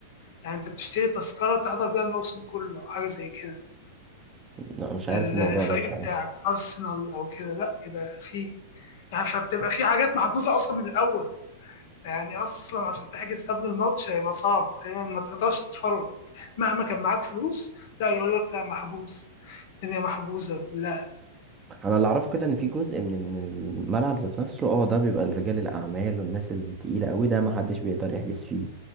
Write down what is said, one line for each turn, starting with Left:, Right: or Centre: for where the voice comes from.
Left: يعني أنت بتشتري تذكرة تحضر بيها الموسم كله أو حاجة زي كده
Right: لا، مش
Left: لل-
Right: عارف الموضوع
Left: يا للفريق
Right: ده بصراحه
Left: سلام بتاعك أرسنال أو كده لأ بيبقى فيه يعني فبتبقى فيه حاجات محجوزة أصلا من الأول يعني أصلا عشان تحجز قبل الماتش هيبقى صعب تقريبا ما تقدرش تتفرج مهما كان معاك فلوس لا يقول لك لا محجوز الدنيا محجوزة كلها
Right: انا اللي اعرفه كده ان في جزء من ال- من الملعب ذات نفسه اه ده بيبقى لرجال الاعمال والناس التقيله قوي ده ما حدش بيقدر يحجز فيه